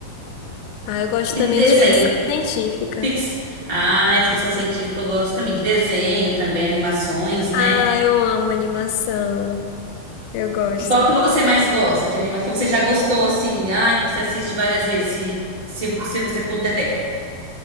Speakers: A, on the left; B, on the right.
A: Ah, eu gosto
B: E
A: também
B: de desenho,
A: de ficção científica.
B: fix... Ah, é ficção científica eu gosto também. De desenho também, animações, né?
A: Ah, eu amo animação. Eu gosto.
B: E qual que você mais gosta de anima Que você já gostou, assim, ah, que você assiste várias vezes, se, se, se você puder.